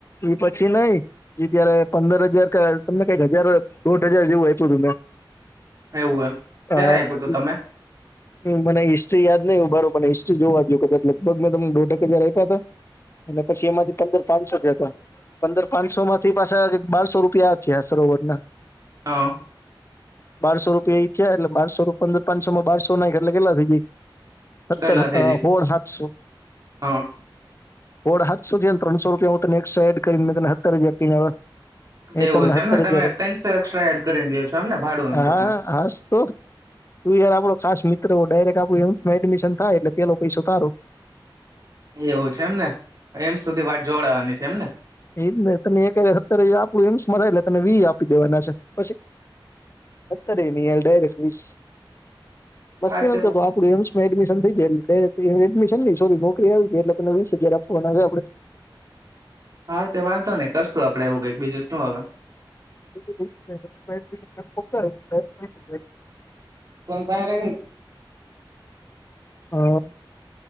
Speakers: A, on the left; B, on the right.
A: એ પછી નઈ જે ત્યારે પંદર હજાર ક તમને કઈક હજાર દોઢ હજાર જેવું આપ્યું તું મેં.
B: એવું એમ
A: હા.
B: ક્યારે આપ્યું તું તમે
A: હમ્મ મને હિસ્ટ્રી યાદ નહીં ઉભારો મને હિસ્ટ્રી જોવા દયું કદાચ લગભગ મે તમ દોઢ એક હજાર. આપ્યા તા અને પછી એમાંથી પંદર પાંચસો પંદર પાંચસો માંથી પાછા બારસો રૂપિયા થ્યી આ સરોવર ના.
B: હા
A: બારસો રૂપિયા ઈ થયા એટલે બારસો રૂપ પંદર પાંચસો માં બારસો નાયખ એટલે કેટલા થાય ઈ બેય? સતર
B: કેટલા થઈ જાય
A: હોળ સાતસો.
B: હા
A: હોડ હાતસો થ્યાં ને ત્રણસો રૂપિયા હું તને એકસ્ટ્રા એડ કરીને, મે તને હતર હજાર તીન આવ્યાં. મે
B: એવું
A: તમને
B: છે
A: હતર
B: એમને તમે
A: હજાર <unintelligible>
B: ત્રણસો એક્સ્ટ્રા એડ કરીને દો છો એમને ભાડું એમ
A: હા
B: ટૂંકમાં
A: હાસ તો તું યાર આપડો ખાસ મિત્ર ડાયરેક્ટ આપણું યંગ એડમિશન થાય, એટલે પેલો પૈસો તારો.
B: એવું છે એમને એમ સુધી વાત જોડાવાની છે એમને
A: ઈ જ ને તને એક હારે સત્તર હજાર આપણું એમ્સમાંટલે તને વી આપી દેવાના છે. પછી? હતરેય નહી હાલ ડાયરેક વીસ મસ્તી
B: હા તે
A: નથ કરતો, આપડું એમ એડમિશન થઈ જાય ડાયરેક્ટ એડમિશન નઈ સોરી એ આવી જાય, એટલે તને વીસ હજાર આપવાના રે આપડે.
B: હા તે વાંધો નઈ, કરશું આપડે એવું કઈક બીજું શું હવે?
A: <unintelligible> એડમિશન
B: પણ તારે હંઅં
A: હા